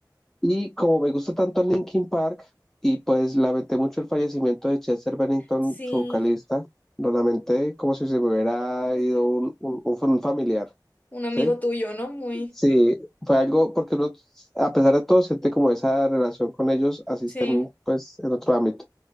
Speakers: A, in the centre; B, on the left.
A: Y como me gusta tanto Linkin Park, y pues lamenté mucho el fallecimiento de Chester Bennington,
B: Sí.
A: su vocalista, lo lamenté como si se me hubiera
B: Ujú.
A: ido un, un- un fa- un familiar,
B: Un amigo
A: ¿sí?
B: tuyo, ¿no? Muy.
A: Sí, fue algo porque uno, a pesar de todo, siente como esa relación con ellos, asisten
B: Sí.
A: pues en otro ámbito.